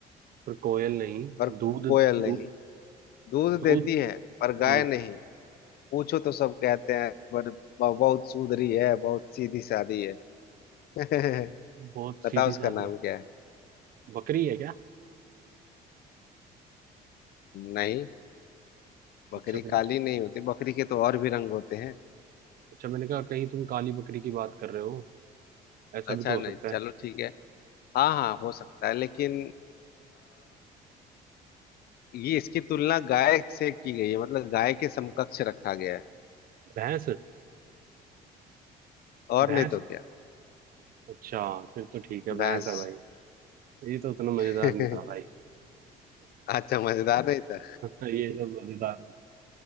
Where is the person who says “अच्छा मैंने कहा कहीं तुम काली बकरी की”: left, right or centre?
Right